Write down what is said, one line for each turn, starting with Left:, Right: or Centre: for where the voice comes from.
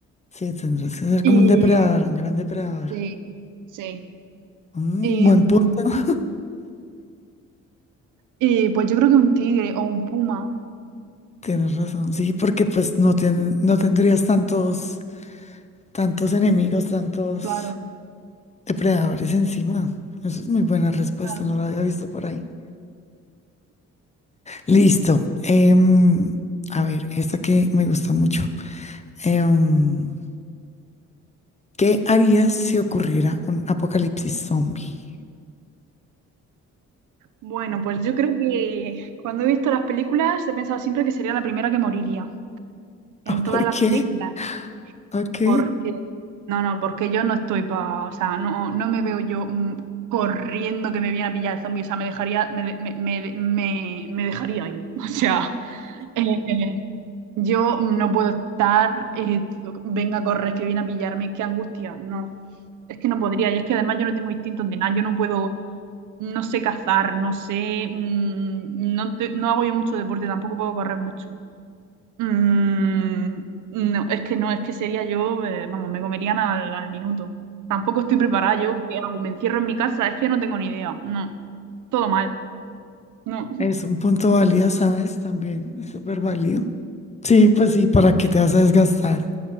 Left: Sí, tendrás que ser
Right: Y
Left: como un depredador, un gran depredador.
Right: sí, sí.
Left: Mm,
Right: Y,
Left: buen
Right: mm,
Left: punto. <laughs>
Right: y, pues yo creo que un tigre o un puma,
Left: Tienes razón, sí, porque pues no, ten- no tendrías tantos, tantos enemigos, tantos
Right: claro.
Left: depredadores encima. Eso es muy buena respuesta,
Right: Claro.
Left: no la había visto por ahí. Listo. em, a ver, esta que me gusta mucho. Em, ¿Qué harías si ocurriera un apocalipsis zombie? <laughs>
Right: Bueno, pues yo creo que cuando he visto las películas he pensado siempre que sería la primera que moriría
Left: Ah,
Right: en todas
Left: ¿Por
Right: las
Left: qué?
Right: películas,
Left: Ok,
Right: porque no, no, porque yo no estoy para, o sea, no, no me veo yo mm, corriendo que me viene a pillar el zombie, o sea, me dejaría, me, de- me, me, me- me dejaría ir, <laughs> o sea, eh, yo no puedo estar, eh, venga, corres que viene a pillarme, qué angustia, no, es que no podría, y es que además yo no tengo instintos de nada, yo no puedo no sé cazar, no sé, mm, no, te- no hago yo mucho deporte, tampoco puedo correr mucho. Mm, no, es que no, es que sería yo, eh, vamos, me comerían al, al minuto. Tampoco estoy preparada yo, ¿qué hago? ¿Me encierro en mi casa? Es que no tengo ni idea, no, todo mal, no.
Left: es un punto válido, ¿sabes? También es súper válido. Sí, pues sí, ¿para qué
Right: <laughs>
Left: te vas a desgastar?